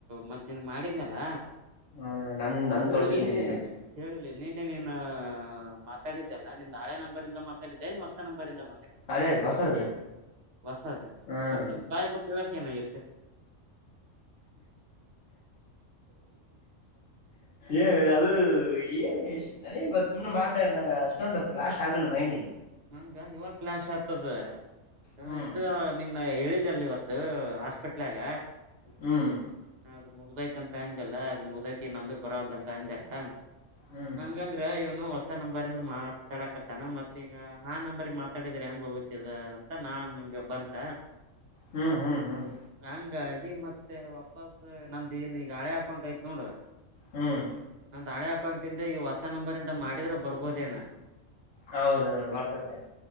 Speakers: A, on the right (about 60°); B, on the left (about 65°).
A: ಮತ್ತ್ ನಿನ್ಗ್ ಮಾಡಿದ್ನಲ್ಲ.
B: ಹ ನನ್ ನನ್
A: ಅಂದ್ರೆ
B: ತೋರ್ಸತ್
A: ನಿನ್ನೆ
B: ನಿನ್ ಲಿಮಿಟ್
A: ಕೇಳಿಲ್ಲಿ ನಿನ್ನೆ ನೀನು ಮಾತಾಡಿದ್ದೆಲ್ಲ ನಿಂದ್ ಹಳೆ ನಂಬರಿಂದ. ಮಾತಾಡಿದೆ ಏನ್ ಹೊಸ ನಂಬರಿಂದ ಮಾತಾಡಿದೆ.
B: ಹಳೆದು ಹೊಸದು.
A: ಹೊಸದು
B: ಹ್ಮ್
A: ಒಂದ್ ಸ್ವಲ್ಪ ಬಾಯಬಿಟ್ಟು ಹೇಳಕೆ ಏನಾಗೈತೆ.
B: ಏ ಅದು. ಯಸ್ ನನ್ ಗೇನ್ ಗೊತ್ತು ಸುಮ್ನೆ ಮಾತಾಡನ ಅಷ್ಟೊಂದು ಫ್ಲಾಶ್ ಆಗ್ಲಿಲ್ಲ ಮೈಂಡ್ಗೆ.
A: ನನ್ಗ ಇವಾಗ. ಫ್ಲ್ಯಾಶ್ ಆಗ್ತದೆ
B: ಹ್ಮ್
A: ಇದು ನಿನ್ನ ಹೇಳಿದೆಲ್ಲಿ ಇವತ್ತು ಹಾಸ್ಪಿಟ್ಲ್ಯಾಗ.
B: ಹ್ಮ್
A: ಅದು ಮುಗ್ದೈತಂತ ಅಂದಲ್ಲ ಅದು ಮುಗ್ದೈತಿ ನಂದು ಬರಲ್ದಂತ ಅಂದಲ್ಲ.
B: ಹ್ಮ್
A: ಹಂಗಂದ್ರ ಇವನು ಹೊಸ ನಂಬರಿಂದ ಮಾತಾಡಕತ್ತಾನ ಮತ್ತೆ. ಆ ನಂಬರ್ ಮಾತಾಡಿದ್ರೆ ಹೆಂಗ ಹೋಗತದ ಅಂತ ನಾನ್ಂಗಗೆ ಬಂತ.
B: ಹ್ಮ್ ಹ್ಮ್ ಹ್ಮ್
A: ಹಂಗಾಗಿ ಮತ್ತೆ ವಾಪಸ್ ನಂದೇನು ಈಗ ಹಳೆ ಅಕೌಂಟ್ ಹಯ್ತ್ ನೋಡು.
B: ಹ್ಮ್
A: ನಂದ್ ಹಳೇ ಅಕೌಂಟ್ ಇಂದ ಈ ಹೊಸ ನಂಬರಿ ಇಂದ ಮಾಡಿದ್ರ ಬರ್ಬೋದೇನೋ.
B: ಹೌದೇನು ಬರತೈತೆ.